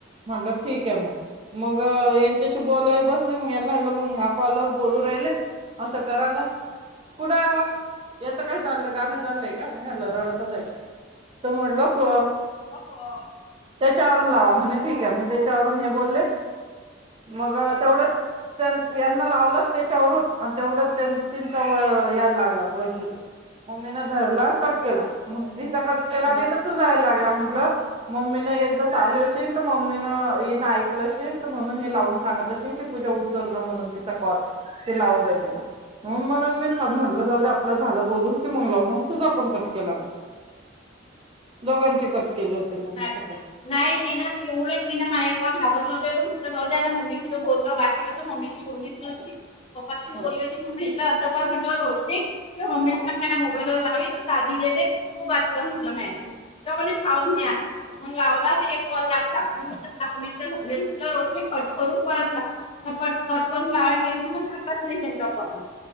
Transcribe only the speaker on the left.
हो.
नाही
नाय
नाय मी ना ते एवढ घाबरले होते. जाऊदे आता. मम्मीशी पण बोलण बाकी होत. मम्मीशी बोललीच नव्हती. पपाशी
बोलली होती. मग मी. अस का म्हणलं रोशनी. तूया मम्मीला सांग माया मोबाईल वर ला. दादी ले देण तू बात कर म्ह. तुला काय आणशील? <unintelligible> खाऊ <unintelligible> मंग लावला ते एक कॉल लाग. टाकू म्हटलं <unintelligible> झाले म्हटलं रोशनी. कट करून परत लाव कट कट करून लावायला गेले त मग लागलाच नाही त्यांच्या फोन.